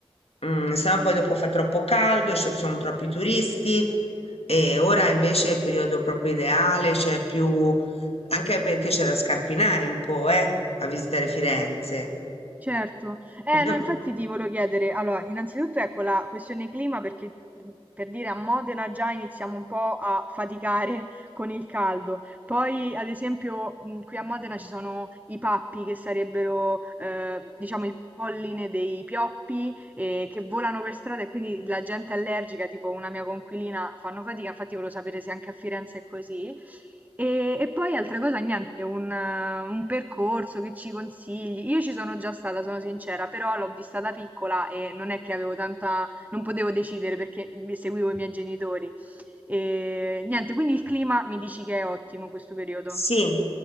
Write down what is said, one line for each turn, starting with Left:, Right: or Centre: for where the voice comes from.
Left: mm, sennò poi dopo fa troppo caldo, ci sono troppi turisti e ora invece è il periodo proprio ideale, c'è più anche perché c'è da scarpinare un po', eh, a visitare Firenze.
Right: Certo, eh,
Left: <laughs>
Right: no, infatti ti volevo chiedere, allora, innanzitutto ecco la questione clima perché per dire a Modena già iniziamo un po' a faticare <laughs> con il caldo, poi ad esempio mh, qui a Modena ci sono i pappi che sarebbero eh, diciamo il polline dei pioppi eh, che volano per strada e quindi la gente allergica, tipo una mia conquilina, fanno fatica, infatti volevo sapere se anche a Firenze è così. E, e poi altra cosa, niente, un, eh, un percorso che ci consigli. Io ci sono già stata, sono sincera, però l'ho vista da piccola e non è che avevo tanta, non potevo decidere perché mi- seguivo i miei genitori. E niente, quindi il clima mi dici che è ottimo questo periodo.
Left: Sì,